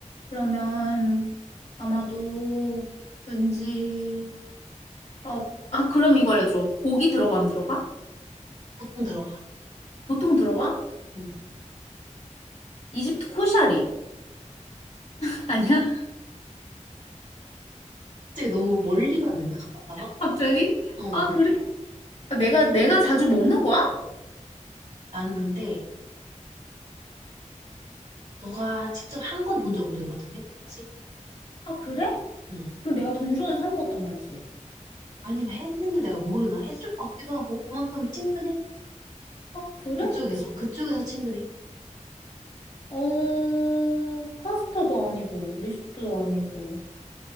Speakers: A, on the left; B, on the right.
A: 그러면 아마도 왠지, 어, 아, 그럼 이거 알려줘. 고기 들어가, 안 들어가?
B: 보통 들어가.
A: 보통 들어가?
B: 응.
A: 이집트 코샤리. <laughs> 아니야?
B: 갑자기 너무 멀리 갔는데, 가깝다가?
A: 갑자기?
B: 어,
A: 아, 그래? 아, 내가, 내가 자주 먹는 거야?
B: 나는 근데 너가 직접 한 건 본 적 없는 것 같은데? 아직?
A: 아, 그래?
B: 응.
A: 그럼 내가 돈 주고 사 먹었단 말이지.
B: 아니면 했는데 내가 모르나? 했을 것 같기도 하고 그만큼 친근해.
A: 아, 그래?
B: 그쪽에서
A: 친구?
B: 그쪽에서 친근해.
A: 어, 파스타도 아니고, 리조또도 아니고,